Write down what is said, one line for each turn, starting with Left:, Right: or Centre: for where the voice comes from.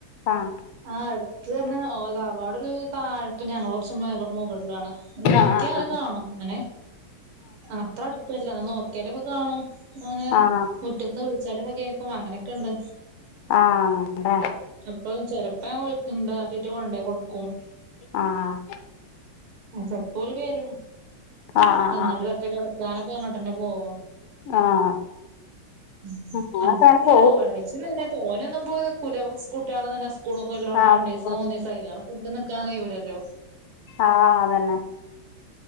Left: ആഹ്
Right: ആഹ് എടത്ത് പറഞ്ഞ ഓലെ തറവാട് ഒരു താഴ്ത്തും ഞങ്ങൾ കുറച്ചു മേളിലും മുകളിലും ആണ് നോക്കിയ
Left: ആഹ്
Right: അത് കാണും അങ്ങനെ ആഹ് അത്ര അടുത്തല്ല എന്നാ നോക്കി നമ്മക്ക് കാണും ഞാന്
Left: ആഹ് ആഹ്
Right: മുറ്റത്തുന്ന് വിളിച്ചാലൊക്കെ കേൾക്കും അങ്ങനൊക്കെ ഇണ്ട്
Left: ആഹ് അങ്ങണ്ട
Right: ചെലപ്പം ചെലപ്പോ ഞാൻ ഓ ഇണ്ടാക്കിയിട്ട് കൊണ്ടെക്കൊടുക്കും
Left: ആഹ്
Right: ചെൽപ്പൊഓല് വരും
Left: ആഹ് ആഹ്
Right: വന്നാണ്ട് ഒര് ഒറ്റ കേടാ സാനൊക്കെ അങ്ങട്ടന്നെ പോവും
Left: ആഹ് ആഹ്
Right: ഉം
Left: അങ്ങനൊക്കെ
Right: ആഹ് <unintelligible>
Left: അങ്ങനെ പോവും
Right: ഇച്ചും തന്നെ തോനൊന്നും പോയി നിക്കൂല സ്കൂള്ട്ടിയാള്ത്തന്നെ സ്കൂളൊക്കെ ഇള്ളോണ്ട്
Left: ആഹ്
Right: രണ്ടീസൊ മൂന്നീസൊ പ്പ അയ്ലാറെ <unintelligible> കഴൂല്ലല്ലോ
Left: ആ അതന്നെ